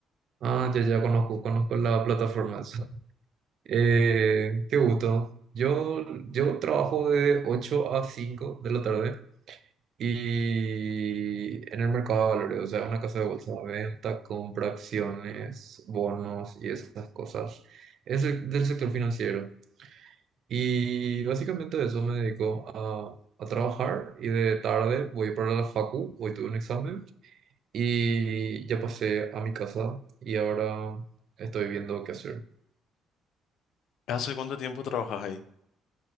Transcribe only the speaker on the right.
ah, ya, ya conozco, conozco la plataforma esa. <laughs> Eh, qué gusto. Yo, yo trabajo de 8 a 5 de la tarde. Y en el mercado de valores, o sea, una casa de bolsa, venta, compra, acciones, bonos y esas cosas. Es el- del sector financiero. Y básicamente de eso me dedico a, a trabajar y de tarde voy para la facu, hoy tuve un examen y ya pasé a mi casa y ahora estoy viendo qué hacer.